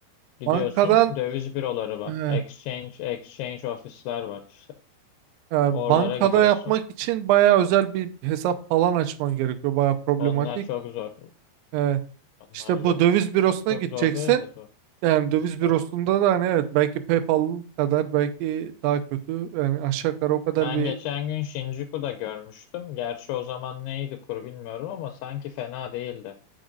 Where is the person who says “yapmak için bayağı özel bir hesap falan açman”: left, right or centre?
Right